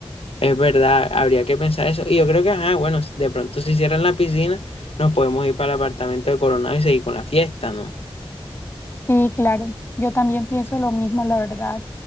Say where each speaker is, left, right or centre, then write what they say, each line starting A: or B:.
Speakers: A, on the left (about 85°); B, on the left (about 25°).
A: es verdad, habría que pensar eso. Y yo creo que, ajá, bueno, de pronto si cierran la piscina, nos podemos ir para el apartamento de Coronado y seguir con la fiesta, ¿no?
B: Sí, claro, yo también pienso lo mismo, la verdad.